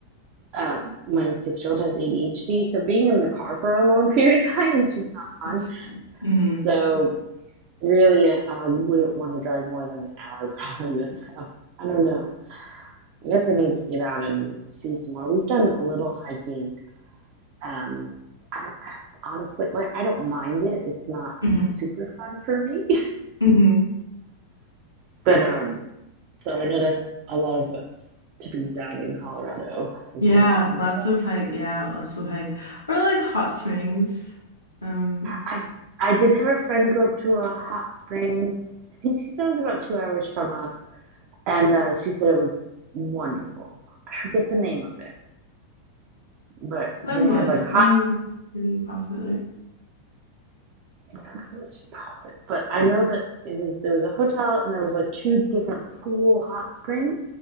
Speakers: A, on the right; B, on the left.
A: um, my six year old has ADHD. So being in the car for a long <laughs> period of time is just not fun.
B: It's hmm
A: So really, I, I wouldn't want to drive more than an hour <laughs> probably with them. I don't know. I guess I need to get out and see some more. We've done a little hiking Um, I, I honestly like I don't mind it. It's not
B: hmm
A: super fun for me, <laughs>
B: hmm
A: but um, so I know that's a lot of what's to be done in Colorado is
B: Yeah,
A: hiking.
B: lots of hike. Yeah, lots of hike. Or like hot springs. Um,
A: I I did have a friend go up to a hot springs. I think she said it was about two hours from us, and uh, she said it was wonderful. I forget the name of it, but
B: Glenwood.
A: they had like a hot
B: Glenwood is pretty popular.
A: I forget what she called it, but I know that it was there was a hotel and there was like two different pool hot springs,